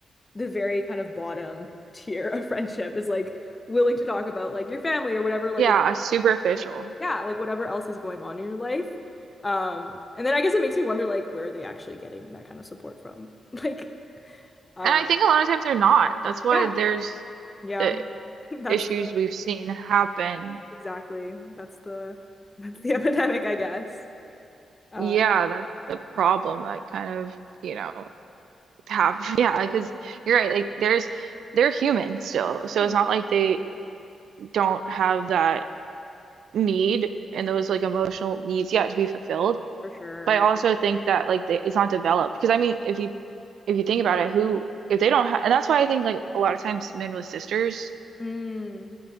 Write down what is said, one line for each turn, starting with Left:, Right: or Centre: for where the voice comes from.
Left: the very kind of bottom <laughs> tier of friendship is like willing to talk about like your family or whatever, like
Right: yeah
Left: is
Right: superficial
Left: yeah, like whatever else is going on in your life. Um, and then I guess it makes me wonder like where are they actually getting that kind of support from? <laughs> Like, uh,
Right: and I think a lot of times they're not that's why
Left: yeah,
Right: there's
Left: yeah,
Right: the
Left: <laughs> that's
Right: issues
Left: the
Right: we've seen happen
Left: exactly that's the that's the <laughs> epidemic, I guess. Uh,
Right: Yeah, that's the problem. Like kind of, you know, have <laughs> yeah, because you're right, like there's they're human still. So
Left: hmm,
Right: it's not like they don't have that need and those like emotional needs yet to be fulfilled.
Left: for sure,
Right: But
Left: yeah.
Right: I also think that like they, it's not developed because I mean, if you if you think about it, who if they don't have and that's why I think like a lot of times men with sisters,
Left: Mm,